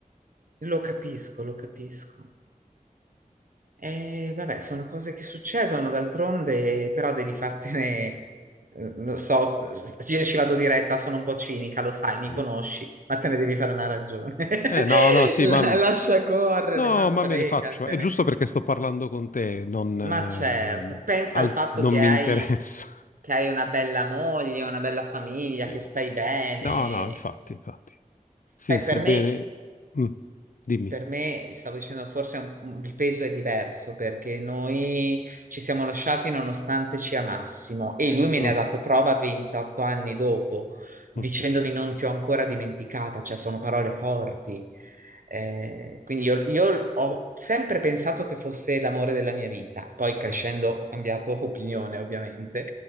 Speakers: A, on the right; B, on the left.
A: lo capisco, lo capisco. Eh, vabbè, sono cose che succedono, d'altronde, però devi fartene, eh, lo so, io ci vado diretta, sono un po' cinica, lo sai, mi
B: Sì.
A: conosci, ma te ne devi fare una ragione. <laughs>
B: Eh, no, no, sì,
A: La-
B: ma,
A: Lascia correre,
B: no,
A: ma
B: ma
A: fregatene.
B: me ne faccio. È giusto perché sto parlando con te, non, eh,
A: Ma certo, pensa
B: al-
A: al fatto
B: non
A: che
B: mi
A: hai,
B: interessa. <laughs>
A: che hai una bella moglie, una bella famiglia,
B: Sì.
A: che stai bene.
B: No, no, infatti, infatti. Sì,
A: Sai,
B: sto
A: per me
B: bene. Mm, dimmi.
A: Per me, stavo dicendo, forse è un- il peso è diverso perché noi ci siamo lasciati nonostante ci amassimo e lui me
B: Mm,
A: ne ha dato prova 28 anni dopo, dicendomi
B: mm,
A: non ti ho ancora dimenticata, cioè sono parole forti. Eh, quindi io, io ho sempre pensato che fosse l'amore della mia vita, poi crescendo
B: mm.
A: ho cambiato opinione, ovviamente,